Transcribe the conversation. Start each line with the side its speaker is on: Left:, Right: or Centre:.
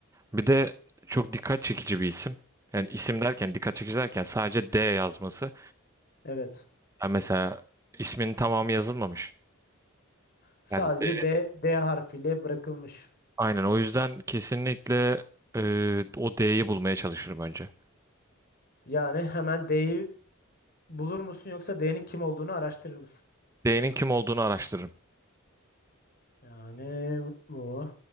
Right: Bir de çok dikkat çekici bir isim. Yani isim derken dikkat çekici derken sadece D yazması.
Left: Evet.
Right: Yani mesela isminin tamamı yazılmamış.
Left: Sadece
Right: Yani D.
Left: D, D harfiyle bırakılmış.
Right: Aynen o yüzden kesinlikle e, o D'yi bulmaya çalışırım önce.
Left: Yani hemen D'yi bulur musun yoksa D'nin kim olduğunu araştırır mısın?
Right: D'nin kim olduğunu araştırırım.
Left: Yani bu.